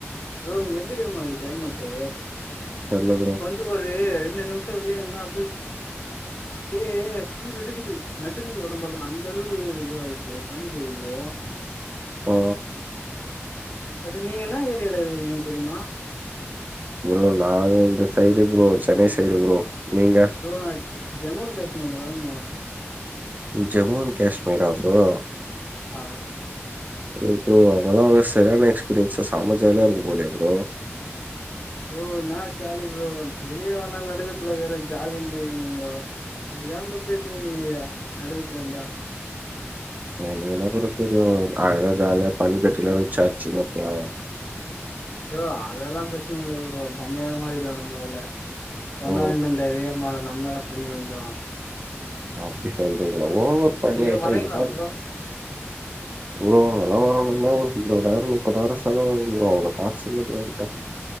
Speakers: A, on the left; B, on the right.
A: ப்ரோ இங்க எப்டி தெரிமா இருக்கு கிளைமேட்டு
B: தெர்ல ப்ரோ
A: இப்ப வந்து ஒரு ரெண்டு நிம்ஷோ வெளிய இருந்தா அப்டே டே குளிர் எடுக்குது நடுங்குது ஒடம்பெல்லா அந்த அளவு இதுவாது ப்ரோ பனி பெய்து ப்ரோ
B: ஆ
A: அது நீங்க என்னா ஏரியால இருக்குறீங்க தெரிமா
B: ப்ரோ நாங்க இந்த side bro Chennai side bro நீங்க
A: ப்ரோ நா ஜம்மு காஷ்மீர்ல இக்குற ப்ரோ
B: ஜம்முண் காஷ்மீரா ப்ரோ
A: ஆ
B: ஐயோ ப்ரோ அங்கெல்லா ஒரே செரியான எக்ஸ்பீரியன்ஸா செம ஜாலியா இருக்கும் போலயே ப்ரோ
A: ப்ரோ என்னா ஜாலி ப்ரோ வெளிய வந்தா நடுக்கத்துல இக்குறே ஜாலின்றிங்க நீங்கோ இப்டிதா ப்ரோ பேசுவீங் நீங்க நடுக்கத்துல இருந்தா
B: எனக்கென்னா ப்ரோ தெரியு அழகா ஜாலியா பனி கட்டிலா வச்சாச்சு <unintelligible>
A: ப்ரோ அதெல்லா பிரச்சன இல்ல ப்ரோ பொம்மையா மாரில்லா நம்ம அதுல கொன்னா
B: ஓ
A: <unintelligible> <unintelligible> நம்மள பனி விழுந்துரு
B: ஓ அப்டி சொல்றீங்களா ஓவர் பனி
A: நீங்க
B: ஆயிட்டா
A: வரீங்களா
B: எதா
A: ப்ரோ
B: ப்ரோ அங்கலா வரணும்னா ஒரு இருவதாயிரோ முப்பதாயிரோ செலவாகு ப்ரோ அவ்ளோ காசு இல்ல ப்ரோ என்ட்ட